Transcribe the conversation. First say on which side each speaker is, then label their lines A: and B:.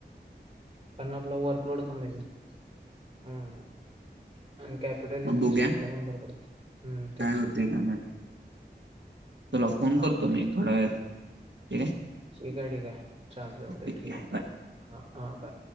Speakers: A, on the right; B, on the right.
A: कारण आपला वर्कलोड कमी होईल हम्म आणि कॅपिटल
B: मग
A: इन्व्हेस्टमेंट
B: बघूया
A: ला पण बर पडतंय हम्म
B: काय
A: तेच
B: होते काय नाही तुला फोन
A: चालतंय.
B: करतो मी एक थोड्यावेळात ठीक आहे
A: ठीक आहे ठीक आहे चल चालतंय
B: ओके
A: ठीक
B: ओके
A: आहे
B: बाय
A: हा हां बाय